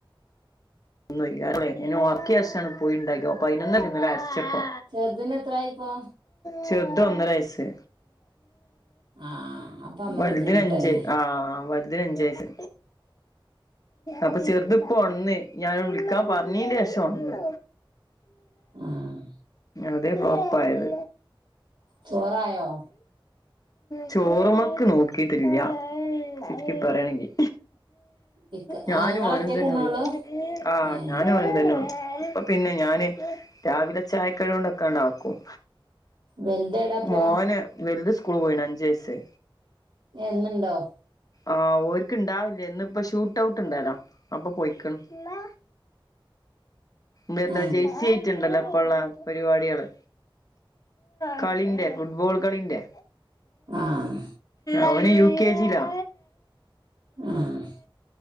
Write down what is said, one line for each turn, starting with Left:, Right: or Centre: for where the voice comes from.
Left: ഒന്ന് വയ്യാതായി പോയി ഉണ്ടാക്ക അപ്പൊ പതിനൊ <unintelligible> ന്ന്ണി അരച്ചകും
Right: ചെറുതിന് എത്രയായി ഇപ്പൊ
Left: ചെറുതിന് ഒന്നര വയസ്
Right: ആഹ് അപ്പൊ അമ്മ
Left: വലുതിന്
Right: ബുദ്ധിമുട്ടന്നെ
Left: അഞ്ച് ആഹ് വലുതിന് അഞ്ച് വയസ് അപ്പൊ ചെറുത് ഇപ്പോ ഒന്ന് ഞാൻ വിളിക്കാൻ പറഞ്ഞീന്റെ ശേഷം ഒന്ന്
Right: ആഹ്
Left: അതെ ഫ്ലോപ്പായത്
Right: ചോറായോ
Left: ചോറു <unintelligible> മക്ക് നോക്കിട്ടില്ല ചുരിക്കി പറയാണെങ്കിൽ
Right: ഇക്ക
Left: ഞാനും
Right: ഇങ്ങള്
Left: ഓനും
Right: ഒറ്റക്കന്നെ
Left: തന്നെയുള്ളു
Right: ഉള്ളൂ
Left: ആ
Right: ഏഹ്
Left: ഞാനും ഓനും തന്നെയുള്ളു പിന്നെ ഞാന് രാവിലെ ചായക്കടികളൊക്കെ ഒണ്ടാക്കും
Right: വലുതെവിടാപ്പൊ
Left: മോന് വലുത് സ്കൂള് പോയിണ് അഞ്ച് വയസ്
Right: എന്നുണ്ടോ
Left: ആഹ് ഓൽക്ക് ഉണ്ടാവലില്ല ഇന്ന് ഇപ്പോ ഷൂട്ട് ഔട്ട് ഉണ്ടാലോ അപ്പൊ പോയ്ക്ക്ണ് ഇമ്മ ന്ന്ത്തജെയ്സിയിട്ടുണ്ടല്ലോ
Right: ആഹ്
Left: ഇപ്പ ഉള്ള പരിപാടികള് കളിന്റെ ഫുട്ബോൾ കളിന്റെ
Right: ആഹ്
Left: അവന് യു കെ ജിലാ
Right: ആഹ്